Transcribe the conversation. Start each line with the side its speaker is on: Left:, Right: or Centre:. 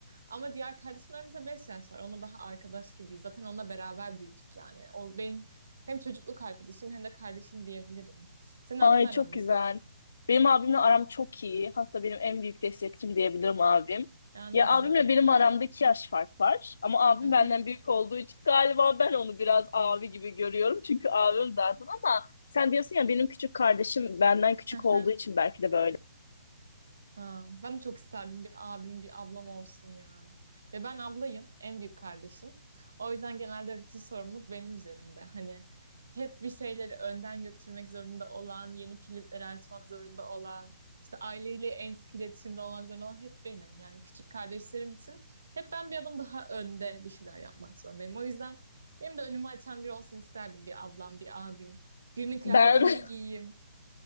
Right: Ama diğer kardeşimlerimize 5 yaş var. Onunla daha arkadaş gibiyiz. Zaten onunla beraber büyüdük yani. O benim hem çocukluk arkadaşım hem de kardeşim diyebilirim. Senin
Left: Ay
Right: abin aran
Left: çok güzel.
Right: nasıl?
Left: Benim abimle aram çok iyi. Hatta benim en büyük destekçim diyebilirim abim.
Right: Ya ne
Left: Ya
Right: güzel.
Left: abimle benim aramda iki yaş fark var. Ama abim
Right: Hı hı.
Left: benden büyük olduğu için galiba ben onu biraz abi gibi görüyorum. Çünkü abim zaten ama sen diyorsun ya benim küçük kardeşim benden küçük
Right: <laughs>
Left: olduğu için belki de böyle.
Right: Ha, ben de çok isterdim bir abim, bir ablam olsun ya. Ve ben ablayım, en büyük kardeşim. O yüzden genelde bütün sorumluluk benim üzerimde. Hani hep bir şeyleri önden götürmek zorunda olan, yeni kilitleri açmak zorunda olan, işte aileyle en sık iletişimde olmak zorunda olan hep benim. Yani küçük kardeşlerim için hep ben bir adım daha önde bir şeyler yapmak zorundayım. O yüzden benim de önümü açan biri olsun isterdim. Bir ablam, bir abim. Birinin kıyafetlerini
Left: Ben <laughs>
Right: giyeyim.